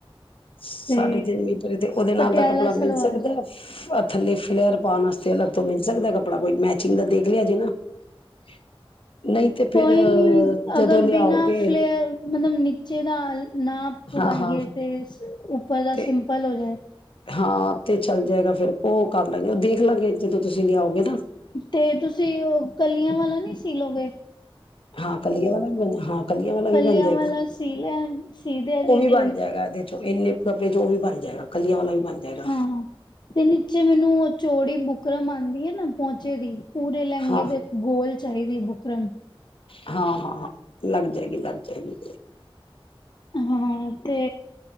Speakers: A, on the left (about 70°); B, on the left (about 50°).
A: ਸਾਢੇ
B: ਤੇ
A: ਤਿੰਨ ਮੀਟਰ ਤੇ ਉਹਦੇ ਨਾਲ
B: ਪਟਿਆਲਾ
A: ਦਾ ਕੱਪੜਾ
B: ਸਲਵਾਰ
A: ਮਿਲ ਸਕਦਾ ਹੈ ਥੱਲੇ <unintelligible> ਤੋਂ ਮਿਲ ਸਕਦਾ ਕੱਪੜਾ ਕੋਈ ਮੈਚਿੰਗ ਦਾ ਦੇਖ <unintelligible> ਨਹੀਂ ਤੇ ਫੇਰ
B: ਕੋਈ ਨੀ
A: ਜਦੋਂ
B: ਅਗਰ
A: ਲਿਆਓਗੇ
B: ਬਿਨਾਂ ਫਲੇਅਰ ਮਤਲਬ ਨੀਚੇ ਦਾ ਨਾ ਪਾਈਏ
A: ਹਾਂ ਹਾਂ
B: ਤੇ ਉੱਪਰ ਦਾ
A: ਤੇ
B: ਸਿੰਪਲ ਹੋ ਜਾਏ
A: ਹਾਂ ਤੇ ਚੱਲ ਜਾਏਗਾ ਫੇਰ ਉਹ ਕਰ ਲਗੇ ਉਹ ਦੇਖ ਲਾਂਗੇ ਜਦੋਂ ਤੁਸੀਂ ਲਿਆਓਗੇ ਤਾਂ,
B: ਤੇ ਤੁਸੀਂ ਉਹ ਕਲੀਆਂ ਵਾਲਾ ਨਹੀਂ ਸੀਲੋਗੇ।
A: ਹਾਂ ਕਲੀਆਂ ਵਾਲਾ ਵੀ ਬਣ ਹਾਂ ਕਲੀਆਂ ਵਾਲਾ ਵੀ
B: ਕਲੀਆਂ
A: ਬਣ ਜਾਏਗਾ
B: ਵਾਲਾ ਸੀ ਲੈ ਸੀ ਦੇ ਅਜੇ
A: ਉਹ ਵੀ ਬਣ
B: ਤੇ
A: ਜਾਏਗਾ ਇਹਦੇ ਚੋਂ ਇਨੇ ਕੱੜੇ ਜੋ ਵੀ ਬਣ ਜਾਏਗਾ, ਕੱਲੀਆਂ ਵਾਲਾ ਵੀ ਬਣ ਜਾਏਗਾ
B: ਹਾਂ ਨਿ ਨੀਚੇ ਮੈਨੂੰ ਚੋੜੀ ਬੁਕਰਮ ਆਦੀ ਹੈ ਨਾ ਪਹੁੰਚ ਬੱਚੇ ਦੀ ਪੂਰੇ ਲਹਿੰਗੇ
A: ਹਾਂ
B: ਦੇ ਇੱਕ ਗੋਲ ਚਾਹੀਦੀ। ਬੁਕਰਮ,
A: ਹਾਂ ਹਾਂ ਹਾਂ ਲੱਗ ਜਾਏਗੀ ਲੱਗ ਜਾਏਗੀ।
B: ਹਾਂ ਤੇ